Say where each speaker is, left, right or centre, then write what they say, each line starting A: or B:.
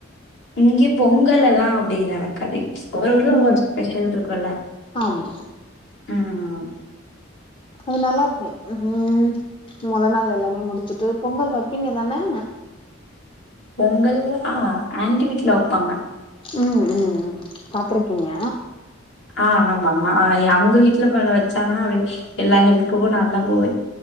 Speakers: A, on the left (about 60°); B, on the left (about 25°).
A: இங்க பொங்கல் எல்லா அப்டி நடக்காது ஒவ்வொரு ஊர்ல ஒவ்வொரு
B: ம்
A: ஸ்பெஷல் இருக்குல்ல
B: ஆமா
A: ம்
B: அது நல்லா இருக்கும் உம் மொத நாள் எல்லாமே முடிச்சுட்டு பொங்கல் வப்பீங்க தானே
A: பொங்கல்லா ஆன்டி வீட்ல வெப்பாங்க
B: ம் ம் ம் பாத்துருக்கீங்க
A: ஆ ஆமாமா அ எ அங்க வீட்ல இப்பர வச்சாங்கன்னா அப்டி எல்லா ஹெல்ப்புக்கு நான்தா போவே